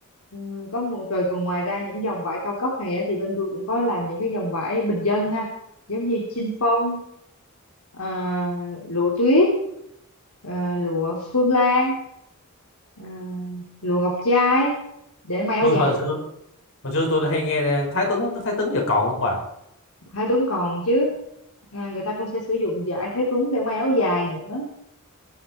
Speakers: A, on the left (about 80°); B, on the left (about 65°).
A: ừ, có một rồi còn ngoài ra những dòng vải cao cấp này á, thì bên tôi cũng có làm những cái dòng vải bình dân ha giống như chinh phong à, lụa tuyết à, lụa phương lan à, lụa ngọc trai để may áo
B: tôi
A: dài
B: hồi xưa hồi xưa tôi hay nghe Thái Tuấn Thái Tuấn giờ còn không bà
A: Thái Tuấn còn chứ à, người ta cũng sẽ sử dụng vải Thái Tuấn để may áo dài nữa